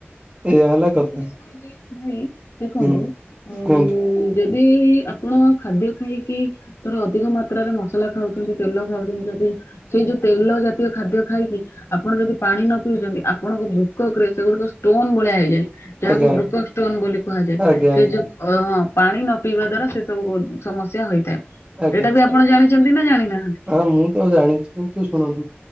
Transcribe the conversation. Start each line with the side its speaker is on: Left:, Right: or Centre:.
Right: ଏଇଆ ହେଲା କଥା
Left: ବି ଶୁଣିଛି ଭାଇ ଦେଖନ୍ତୁ
Right: ହୁଁ
Left: ଅ
Right: କୁହନ୍ତୁ
Left: ଯଦି ଆପଣ ଖାଦ୍ୟ ଖାଇକି ତୋର ଅଧିକ ମାତ୍ରାରେ ମସଲା ଖାଉଛନ୍ତି ତେଲ ଖାଉଛନ୍ତି ଯଦି ସେଇ ଯୋଉ ତେଲ ଜାତୀୟ ଖାଦ୍ୟ ଖାଇକି ଆପଣ ଯଦି ପାଣି ନ ପିଉଛନ୍ତି ଆପଣଙ୍କ ବୃକକରେ ସେଗୁଡିକ ଷ୍ଟୋନ ଭଳିଆ ହୋଇଯାଏ। ଯାହାକୁ
Right: ଆଜ୍ଞା
Left: ବ୍ରୁକକ ଷ୍ଟୋନ ବୋଲି କୁହାଯାଏ
Right: ଆଜ୍ଞା ଆଜ୍ଞା
Left: ସେଇ ଯୋଉ ଅ ହଁ ପାଣି ନ ପିଇବା ଦ୍ଵାରା ସେ ସବୁ ସମସ୍ୟା ହେଇଥାଏ
Right: ଆଜ୍ଞା
Left: ସେଇଟା ବି ଆ ଆପଣ ଜାଣିଛନ୍ତି ନା ଜାଣିନାହାନ୍ତି?
Right: ହଁ ମୁଁ ତ ଜାଣିଛି କିନ୍ତୁ ଶୁଣନ୍ତୁ